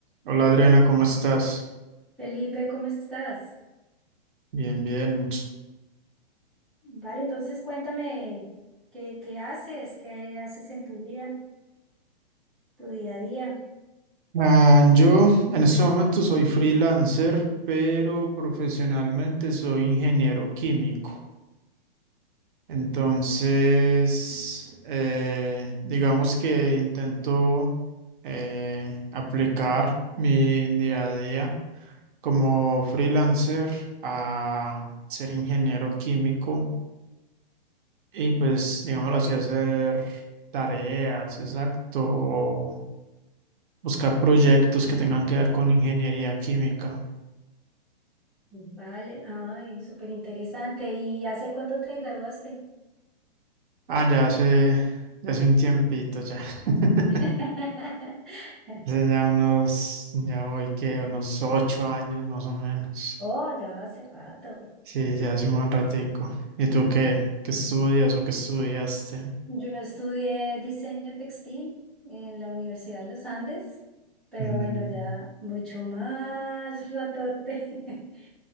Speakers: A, on the right; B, in the centre.
A: Hola Adriana, ¿cómo estás?
B: Felipe, ¿cómo estás?
A: Bien, bien. much-
B: Vale, entonces cuéntame qué, qué haces, qué haces en tu vida, tu día a día.
A: Ah, yo en este momento soy freelancer, pero profesionalmente soy ingeniero químico. Entonces, eh, digamos que intento eh, aplicar mi día a día como freelancer a ser ingeniero químico y pues, digámoslo así, hacer tareas, exacto. buscar proyectos que tengan que ver con ingeniería química.
B: Vale, ay, súper interesante. ¿Y hace cuánto te graduaste?
A: Ah, ya hace, ya hace un tiempito ya. <laughs>
B: <laughs>
A: Hace ya unos, ya hoy que unos ocho años más o menos.
B: Oh, ya hace rato.
A: Sí, ya hace un buen ratico. ¿Y tú qué? ¿Qué estudias o qué estudiaste?
B: Yo estudié diseño textil en la Universidad de los Andes, pero
A: Mm,
B: bueno, ya mucho más ratote. <laughs>